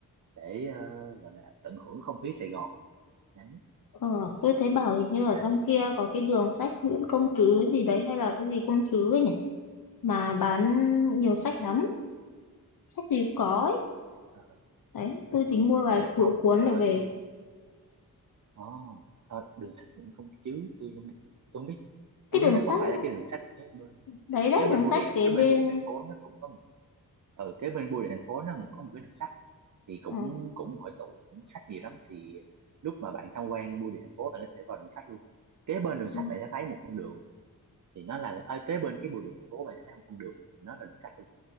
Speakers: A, on the right (about 55°); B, on the left (about 65°).
A: để ờ, gọi là tận hưởng không khí Sài Gòn đấy
B: Ờ, tôi thấy bảo hình như ở
A: à
B: trong kia có cái đường sách Nguyễn Công Trứ gì đấy hay là cái gì Công Trứ ấy nhỉ mà bán nhiều sách lắm sách gì cũng có ấy
A: ờ,
B: đấy tôi tính mua vài
A: à
B: cuốn
A: không
B: cuốn
A: ờ,
B: để về
A: tôi oh, đường sách Nguyễn Công Trứ tôi không tôi không biết tôi
B: cái
A: không
B: đường
A: biết nó có
B: sách
A: phải là
B: nó-
A: cái đường sách kế bên
B: đấy đấy
A: kế bên
B: đường
A: bưu
B: sách
A: điện
B: kế
A: kế
B: bên
A: bên bưu điện thành phố nó cũng có một ở kế bên bưu điện thành phố nó một- có một cái đường sách thì cũng
B: ừ,
A: cũng hội tụ cũng sách nhiều lắm thì lúc mà bạn tham quan bưu điện thành phố bạn có thể vào đường sách luôn kế bên đường
B: ừ,
A: sách bạn sẽ thấy một con đường thì nó là ở kế bên cái bưu điện thành phố bạn sẽ thấy một con đường thì nó là đường sắt luôn